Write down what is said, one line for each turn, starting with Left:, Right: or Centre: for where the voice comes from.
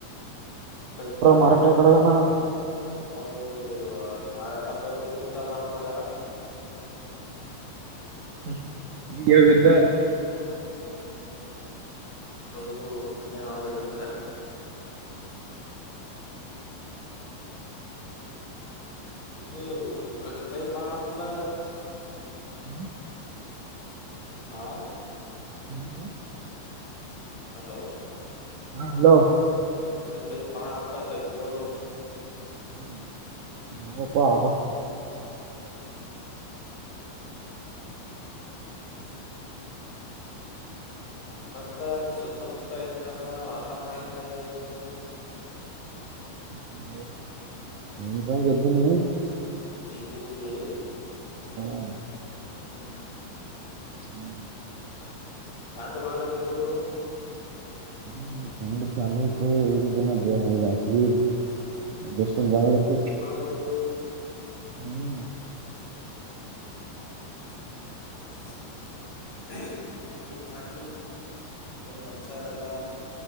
Left: ಪೈಪಾ.
Right: ಮರಾಠ ಕಡೆಗನ
Left: ಅವರು ಮಾರಾಟದವ್ರು ಯುದ್ಧ ಮಾಡಕ್ ಹೋಗ್ಯಾರ.
Right: <inaudible> ಹ ಈಗ ಬಿದ್ದ
Left: ಹ್ಮ್ ಅದು ಬೂದ್ನ ಹ ಬೆಳ್ಳ್ಳಕ್ಕ ಹೋಗ್ಯಾರ. ಇದು ನಿವಮ್ ಕಡಗ್ ಪೈಪ್ ಬಾಳ ಅಂತಲ್ಲ
Right: <inaudible>
Left: ಹಾ
Right: - <inaudible>
Left: ಹಲೋ
Right: ಹಾ ಹಲೋ
Left: ಗಡಿ ಪೈಪ್ ಬಾಳ ಅಂತ ಪೈಪ್ಗಳು
Right: <unintelligible>
Left: ಹ್ಮ್ ಮತ್ತ ನೀನ್ ಸುತ್ತಮುತ್ತ ಏನೇನದ ವಾತಾವರಣ ಹೆಂಗ ಅದ ಇವತ್ತದು.
Right: <unintelligible>
Left: <unintelligible>
Right: <inaudible>
Left: ಹ್ಮ್
Right: <inaudible>
Left: ತ <unintelligible>
Right: <unintelligible> <unintelligible>
Left: ಆಳಿದ್ರು.
Right: ಹ್ಮ್.
Left: <unintelligible> ಒಂದ್ ಮಂಚ ಇರಲ್ಲಾ.